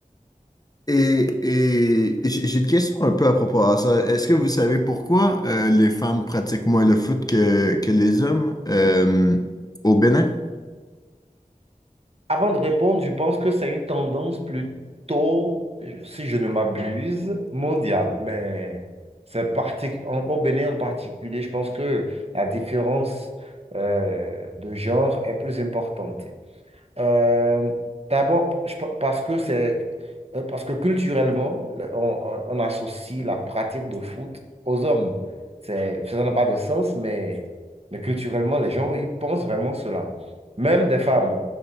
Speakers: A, on the left (about 25°); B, on the right (about 45°).
A: Et, et j'ai j'ai une question un peu à propos de ça. Est-ce que vous savez pourquoi euh, les femmes pratiquent moins le foot que, que les hommes euh, au Bénin?
B: Avant de répondre, je pense que c'est une tendance plutôt, si je ne m'abuse, mondiale. Mais c'est parti- en- au Bénin en particulier, je pense que la différence euh, de genre est plus importante. Euh, d'abord, je pe- parce que c'est euh, parce que culturellement, le- on, on- on associe la pratique de foot aux hommes. C'est, ça n'a pas de sens, mais, mais culturellement, les gens, ils pensent vraiment cela. Même des femmes,